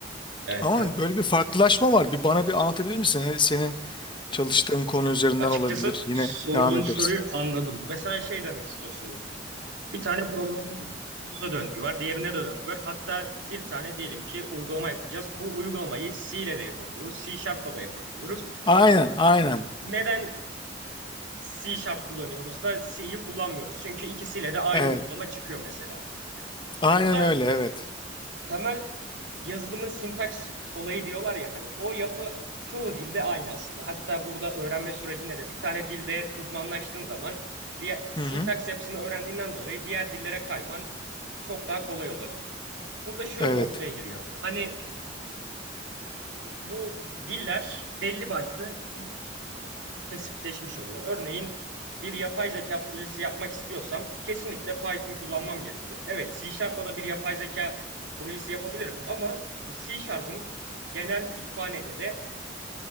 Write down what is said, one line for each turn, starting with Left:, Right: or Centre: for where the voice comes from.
Right: Evet,
Left: Ama
Right: evet.
Left: böyle bir farklılaşma var. Bir bana bir anlatabilir misin? Hani Senin çalıştığın konu üzerinden
Right: Açıkçası
Left: olabilir. Yine
Right: sorduğun
Left: devam ederiz.
Right: soruyu anladım. Mesela şey demek istiyorsunuz. Bir tane programın dili var. Onda da döngü var. Diğerinde de döngü var. Hatta bir tane diyelim ki uygulama yapacağız. Bu uygulamayı C ile de yapabiliyoruz. C Sharp'la da yapabiliyoruz.
Left: Aynen, aynen.
Right: neden C Sharp kullanıyoruz da C'yi kullanmıyoruz? Çünkü ikisiyle de aynı
Left: Evet.
Right: uygulama çıkıyor mesela.
Left: Aynen
Right: Burada
Left: öyle, evet.
Right: temel yazılımın sintaks olayı diyorlar ya hani o yapı çoğu dilde aynı aslında. Hatta burada öğrenme sürecinde de bir tane dilde uzmanlaştığın zaman diğer sintaks
Left: Hı hı.
Right: yapısını öğrendiğinden dolayı diğer dillere kayman çok daha kolay olabiliyor. Burada şu
Left: Evet.
Right: noktaya giriyor. Hani bu diller belli başlı şey özelinde spesifikleşmiş oluyor. Örneğin bir yapay zeka projesi yapmak istiyorsam kesinlikle Python kullanmam gerekiyor. Evet C Sharp'la da bir yapay zeka projesi yapabilirim ama bu C Sharp'ın genel kütüphaneleri